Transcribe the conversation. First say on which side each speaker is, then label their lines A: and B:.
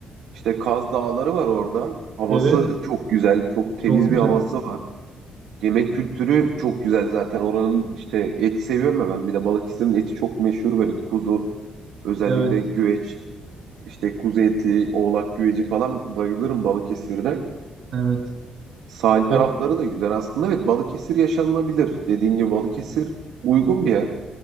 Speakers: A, on the right; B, on the right.
A: İşte Kaz Dağları var orada. Havası
B: Evet.
A: çok güzel, çok
B: Çok
A: temiz
B: güzel.
A: bir havası var. Yemek kültürü çok güzel zaten. Oranın işte et seviyorum ya ben. Bir de Balıkesir'in eti çok meşhur böyle kuzu, özellikle
B: Evet.
A: güveç, işte kuzu eti, oğlak güveci falan bayılırım Balıkesir'e.
B: Evet.
A: Sahil
B: O,
A: tarafları da güzel aslında. Evet Balıkesir yaşanılabilir. Dediğin gibi Balıkesir uygun bir yer.